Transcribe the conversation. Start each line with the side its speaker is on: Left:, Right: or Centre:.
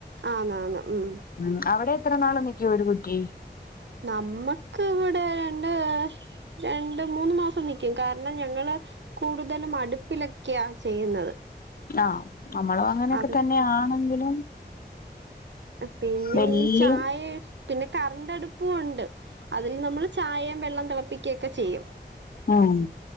Right: ആണ് ആണ് ഉം
Left: ഉം അവിടെ എത്ര നാള് നിക്കും ഒരു കുറ്റി
Right: നമ്മക്ക് ഇവിടെ രണ്ട് രണ്ട് മൂന്ന് മാസം നിൽക്കും കാരണം ഞങ്ങള് കൂടുതലും അടുപ്പിലൊക്കെയ ചെയ്യുന്നത്
Left: ആ നമ്മളു അങ്ങനെയൊക്കെ
Right: അത്
Left: തന്നെയ ആണെങ്കിലും
Right: പിന്നെ
Left: വല്യ
Right: ഈ ചായ പിന്നെ കറൻ്റ് അടുപ്പും ഉണ്ട് അതിൽ നമ്മള് ചായയും വെള്ളം തിളപ്പിക്കുകൊക്കെ ചെയ്യും
Left: ആഹ്